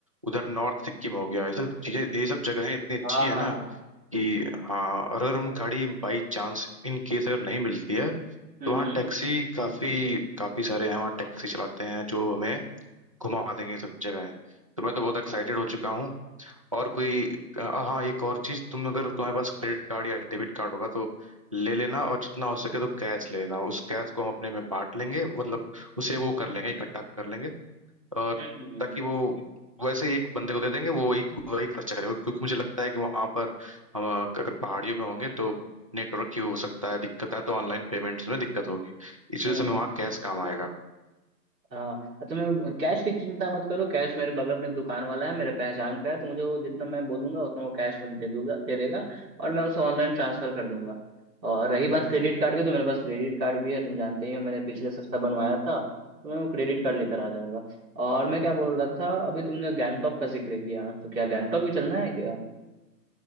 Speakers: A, on the right; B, on the right.
A: उधर नॉर्थ सिक्किम हो गया ये सब चीजें ये सब जगहें इतनी अच्छी
B: हाँ
A: है
B: हाँ
A: ना
B: हाँ
A: कि हाँ और अगर हम गाड़ी बाई चांस इन केस अगर नहीं मिलती है तो
B: हम्म
A: वहाँ
B: हम्म
A: टैक्सी काफी काफी सारे हैं वहाँ टैक्सी चलाते हैं जो हमें घुमा देंगे ये सब जगहें तो मैं तो बहुत एक्साइटेड हो चुका हूँ और कोई अ, हाँ एक और चीज तुम अगर तुम्हारे पास क्रेडिट कार्ड या डेबिट कार्ड होगा तो ले लेना और जितना हो सके तो कैश ले लेना उस कैश को हम अपने में बांट लेंगे मतलब उसे वो कर लेंगे इकट्ठा कर लेंगे और
B: हम्म हम्म
A: ताकि वो वैसे ही एक बंदे को दे देंगे वो एक वही खर्चा करेगा क्योंकि मुझे लगता है कि वहां पर हम अगर पहाड़ियों में होंगे तो नेटवर्क की हो सकता है दिक्कत है तो ऑनलाइन पेमेंट्स में दिक्कत होगी इस
B: हम्म,
A: वजह से हमें वहाँ कैश काम आएगा
B: हाँ तुम्हें कैश की चिंता मत करो कैश मेरे बगल में एक दुकान वाला है मेरे पहचान का है तो मुझे वो जितना मैं बोलूंगा उतना वो कैश मुझे दे दूंगा दे देगा और मैं उसे ऑनलाइन ट्रांसफर कर दूंगा और रही बात क्रेडिट कार्ड की तो मेरे पास क्रेडिट कार्ड भी है तुम जानते ही हो मैंने पिछले सप्ताह बनवाया था तो मैं वो क्रेडिट कार्ड लेकर आ जाऊंगा और मैं क्या बोल रहा था अभी तुमने गैंगटॉक का जिक्र किया तो क्या गैंगटॉक भी चलना है क्या